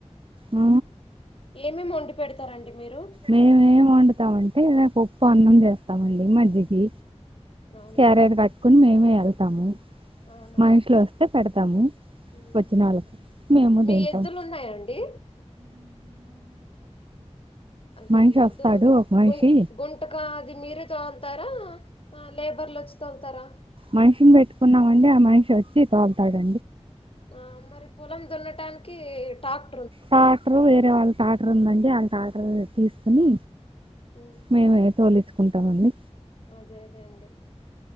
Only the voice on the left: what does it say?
ఏమేమి వండి పెడతారండి మీరు
అవునా
అవునా
ఉమ్.
మీ
ఎద్దులు ఉన్నాయండి అది
ఎద్దులు
గు గుంటుకా అది మీరే తోల్తరా ఆ లేబర్లు వచ్చి తోల్తరా
ఆ మరి పొలం దున్నటానికి టాక్
ఉమ్,
అదే అదే అండి